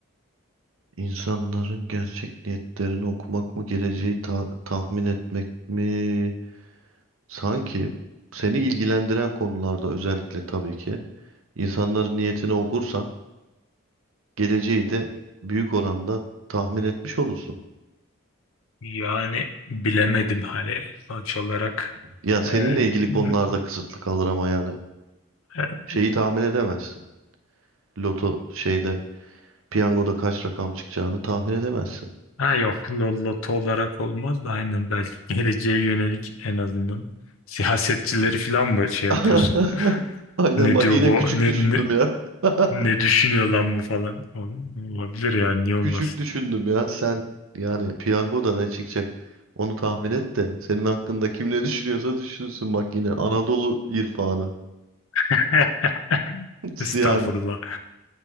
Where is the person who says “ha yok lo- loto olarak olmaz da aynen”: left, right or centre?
Left